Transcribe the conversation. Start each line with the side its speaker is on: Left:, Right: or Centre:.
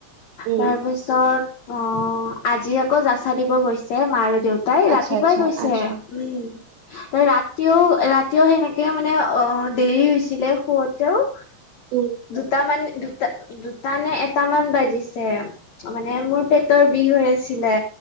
Right: উম
Left: তাৰপিছত অহ, আজি আকৌ যাচা দিব গৈছে মা আৰু দেউতা। দেউতাই
Right: আচ্ছা
Left: ৰাতিপুৱাই
Right: আচ্ছা
Left: গৈছে
Right: আচ্ছা
Left: উম। ৰাতিও-ৰাতিও সেনেকে মানে অহ, দেৰি হৈছিলে শুৱতেও।
Right: উম।
Left: দুটামান দুটা-দুটা নে এটামান বাজিছে। মানে মোৰ পেটৰ বিষ হৈ আছিলে,